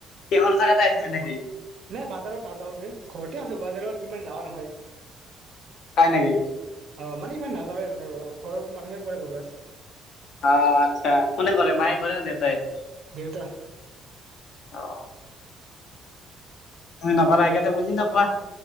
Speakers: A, on the left; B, on the right.
A: এখন জেগাত আছিলি নেকি?
B: নাই বাজাৰত নাযাওঁ যে ঘৰতে আছো বাজাৰত ইমান যাৱা নহয়।
A: হয়ঁ নেকি?
B: অঁ মানে ইমান নাযাৱে মানে ঘৰৰ মানুহে কৰে বজাৰ।
A: অঁ আচ্ছা কোনে কৰে মায়ে কৰে নে দেউতাই?
B: দেউতা।
A: অঁ! তুমি নকৰা সেইকাৰণে বুজি নাপোৱা।